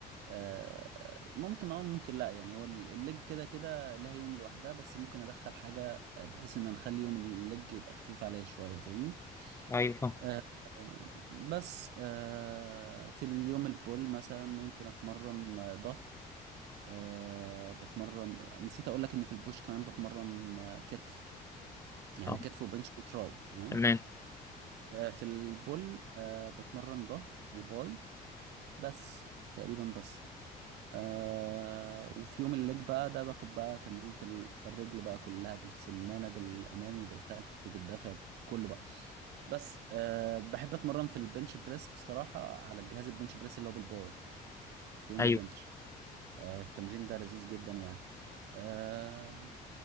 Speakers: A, on the right; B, on the left.
A: آه، ممكن اه ممكن لا يعني هو ال- الليج كده كده لها يوم لوحدها بس ممكن ادخل حاجة آه، بحيث ان أنا اخلي يوم الليج يبقى خفيف عليا شوية فاهمني
B: ايوه فاهم.
A: آه، آه، بس آه، في اليوم البول مثلا ممكن اتمرن آه، ظهر آه، بتمرن نسيت اقول لك ان في البوش كمان بتمرن آه، كتف يعني
B: آه،
A: كتف وبنش وتراي تمام
B: تمام
A: آه، في البول آه، بتمرن ظهر وباي بس تقريبا بس آه وفي يوم الليج بقى ده باخد بقى تمرينة ال- الرجل بقى كلها بالسمانة بالأمامي بالخلفي بالدفع كله بقى بس آه بحب أتمرن في البنش بريس بصراحة على الجهاز البنش بريس اللي هو بالبار في يوم
B: ايوه
A: البنش آه التمرين ده لذيذ جدا يعني آه